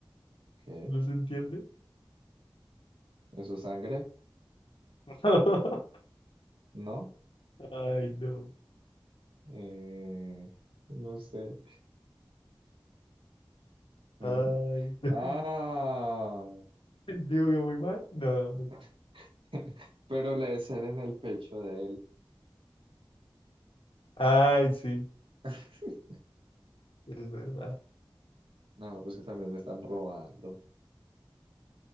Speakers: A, on the right; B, on the left.
A: ¿qué?
B: ¿No se entiende?
A: ¿Eso es sangre?
B: <laughs>
A: No.
B: Ay, no.
A: Eh, no sé. ¿Eh?
B: Ay, no.
A: Ah,
B: <laughs> Digo que muy mal. No.
A: <laughs> pero la de ser en el pecho de él.
B: Ay, sí,
A: <laughs>
B: es verdad.
A: No, pues que también me están robando.